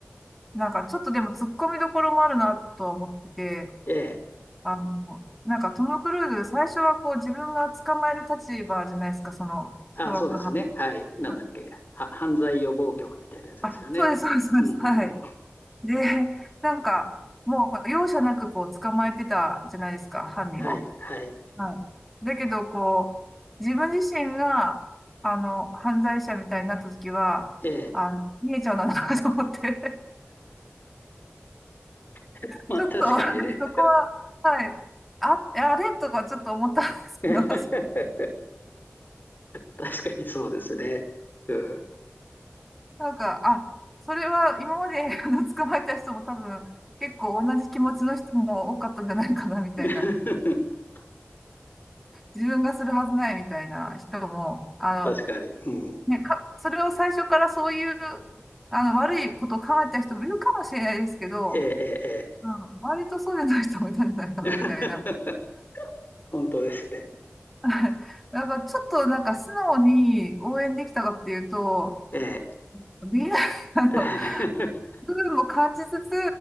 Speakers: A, in the centre; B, on the left.
A: なんかちょっとでも突っ込みどころもあるなとは思ってて、
B: ええ。
A: あの、なんかトム・クルーズ、最初はこう自分が捕まえる立場じゃないですか、その凶悪犯。
B: あ、そうですね。はい。なんだっけ。
A: あ、
B: は、犯罪予防局みたいなやつですよね。
A: あそうです、そうです、そうです。
B: うんうんうん。
A: はい。で、なんか、もう容赦なくこう捕まえてたじゃないですか、犯人を。
B: はい、はい。
A: はい。だけど、こう、自分自身が、あの、犯罪者みたいになった時は、
B: ええ。
A: あの、見えちゃうんだなと思って、
B: <laughs>
A: <laughs>
B: まあ、
A: ちょっと、
B: 確かにね。
A: なんかそこは、はい。あ、あれとかちょっと思ったんですけど、
B: <laughs>
A: そこ
B: 確かにそうですね。うん。
A: なんか、あ、それは今まで <laughs> あの捕まえた人も多分結構同じ気持ちの人も多かったんじゃないかなみたいな、
B: <laughs>
A: 自分がするはずないみたいな人も、あ
B: 確かに。うん。
A: の、ね、か、それを最初からそういう、あの、悪いことを考えた人もいるかもしれないですけど、
B: ええ、え
A: うん、割とそうじゃない人もいたんじゃないかなみたいな。
B: え、ええ。<laughs> 本当ですね。
A: <laughs> はいなんかちょっとなんか素直に応援できたかっていうと、
B: ええ。
A: できない、あの、
B: <laughs>
A: 部分も感じつつ、